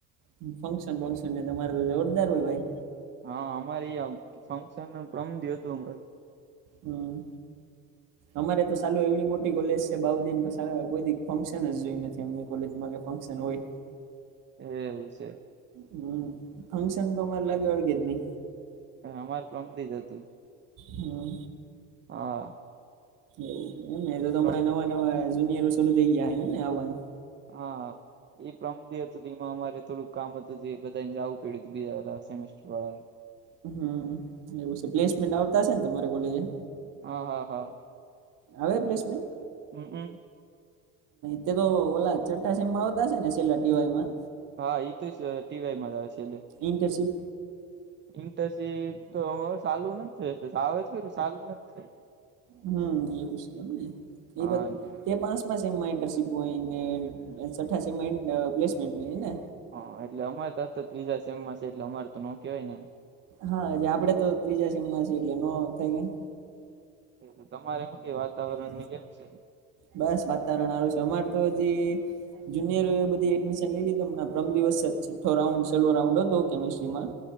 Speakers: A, on the right; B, on the right.
A: ફંક્શન બક્શન ને તમારે તો જોરદાર હોય ભાઈ.
B: હા અમારી યે એમ ફંક્શન નું પ્રમ દિયુ તું
A: હમમ. અમારે તો સાલું એવડી મોટી કોલેજ છે બાવડી કોઈ દી ફંક્શન જ જોઈ નથી અમારી કોલેજમાં કે ફંક્શન હોય.
B: એવું સે.
A: હમમ ફંક્શન તો અમારે લાગે વળગે જ નય.
B: હા અમારે પરમ દી જ હતું.
A: હમમ.
B: હા.
A: એવુ એમને તો હમણાં
B: પ્રમ
A: નવા નવા જુનિયરો શુરુ થઈ ગયા હે ને આવવાનું.
B: હા ઈ પરમ દી હતું તી માં અમારે થોડુંક કામ હતું એ બધાને જવું પડ્યું હતું બીજા સેમેસ્ટર વાળા એ.
A: હમ એવું છે પ્લેસમેન્ટ આવતા હશે ને તમારે કોલેજે?
B: હ હા હા.
A: આવે પ્લેસમેન્ટ?
B: હમ હમ.
A: તે તો ઓલા છઠ્ઠા સેમમાં આવતા છે ને સેલા ટી વાયમાં.
B: હા એ તો જ ટીવાયમાં આવે છે એટલે.
A: ઇન્ટરશિપ
B: ઇન્ટરશીપ તો સાાલું નથી થયુ આવે ચાલુ નથી થયું.
A: હમ એવું છે એમને
B: હા
A: એ બ
B: ને
A: બે પાંચ મમાં ઇન્ટર્નશીપ હોય ને છઠા પ્લેસમેન્ટ હોય ને.
B: હા એટલે અમારે તો આ ત્રીજા સેમ માં છે એટલે અમારે તો નો કેવાય ને એમ.
A: હા હજ આપડે તો ત્રીજા સીમમાં છેએ એટલે નો થઈ ગયા.
B: એ તમારે મું કે વાતાવરણ
A: અ
B: ની કેમ છે?
A: બસ વાતાવરણ આારું છે. અમાર તો હજી જુનિયરો એ બધી એડમિશન લઈ લીધું હમણા પ્રમ દિવસે છઠ્ઠો રાઉન્ડ છેલ્લો રાઉન્ડ હતો કેમસ્ટ્રીમાં.